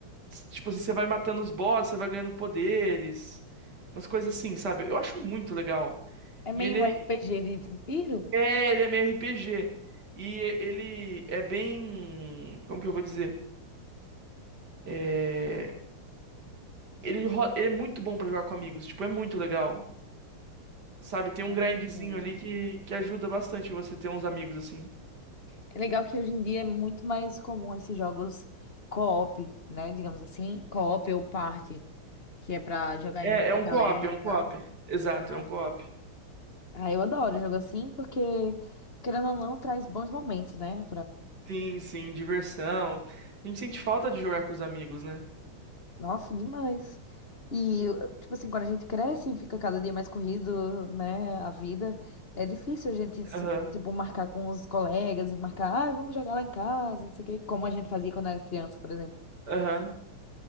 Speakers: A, on the right; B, on the left.
A: s- Tipo assim, você vai matando os bosses, você vai ganhando poderes, umas coisas assim, sabe? Eu acho muito legal.
B: É meio
A: E ele,
B: RPG
A: é
B: de vampiro?
A: É, ele é meio RPG. E ele é bem. Como que eu vou dizer? É, Ele, ro- ele é muito bom pra jogar com amigos. Tipo, é muito legal. Sabe? Tem
B: Nossa.
A: um grindzinho ali que, que ajuda bastante você ter uns amigos assim.
B: É legal que hoje em dia é muito mais comum esses jogos co-op, né? Digamos assim, co-op ou party, que é pra jogar
A: É,
B: em
A: é um
B: galera
A: co-op, é um
B: e
A: co-op.
B: tal.
A: Exato,
B: Ah,
A: é um co-op.
B: ah, eu adoro jogo assim porque, querendo ou não, traz bons momentos, né?
A: Sim, sim, diversão. A gente sente falta de jogar com os amigos, né?
B: Nossa, demais. E, tipo assim, quando a gente cresce e fica cada dia mais corrido, né, a vida, é difícil a gente, se,
A: Aham,
B: tipo, marcar com os colegas e marcar, ah, vamos jogar lá em casa, não sei o quê, como a gente fazia quando era criança, por exemplo.
A: aham.